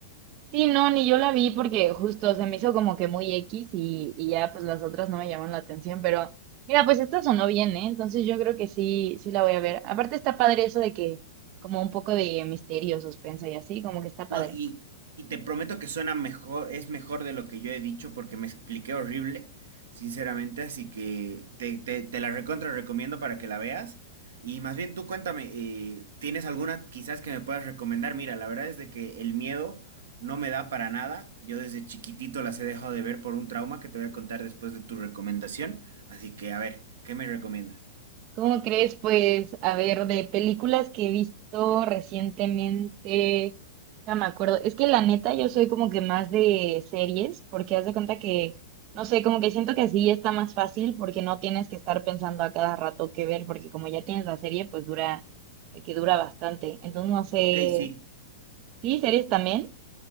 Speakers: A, on the right (about 40°); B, on the right (about 65°).
A: Sí, no, ni yo la vi porque justo se me hizo como que muy X y, y ya pues las otras no me llaman la atención, pero mira, pues esta sonó bien, ¿eh? Entonces yo creo que sí, sí la voy a ver. Aparte está padre eso de que como un poco de misterio, suspenso y así, como que está padre.
B: No, y, y te prometo que suena mejor, es mejor de lo que yo he dicho porque me expliqué horrible, sinceramente, así que te, te, te la recontra recomiendo para que la veas. Y más bien tú cuéntame, eh, ¿tienes alguna quizás que me puedas recomendar? Mira, la verdad es de que el miedo no me da para nada. Yo desde chiquitito las he dejado de ver por un trauma que te voy a contar después de tu recomendación. Así que a ver, ¿qué me recomiendas?
A: ¿Cómo crees? Pues, a ver, de películas que he visto recientemente, ya me acuerdo. Es que la neta, yo soy como que más de series, porque haz de cuenta que, no sé, como que siento que así está más fácil, porque no tienes que estar pensando a cada rato qué ver, porque como ya tienes la serie, pues dura, que dura bastante. Entonces, no sé,
B: Ok, sí.
A: sí, series también.